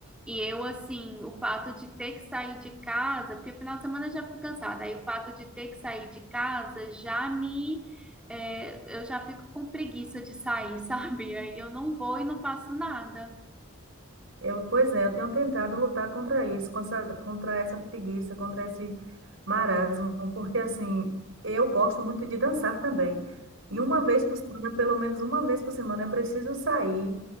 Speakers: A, in the centre; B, on the right.
A: E eu, assim, o fato de ter que sair de casa, porque final de semana eu já fico cansada, aí o fato de ter que sair de casa já me. é, eu já fico com preguiça de sair, <laughs> sabe? Aí eu não vou e não faço nada.
B: Eu, pois é, eu tenho tentado lutar contra isso, contra, essa- contra essa preguiça, contra esse marasmo, porque assim, eu gosto muito de dançar também. E uma vez por semana, pelo menos uma vez por semana, eu preciso sair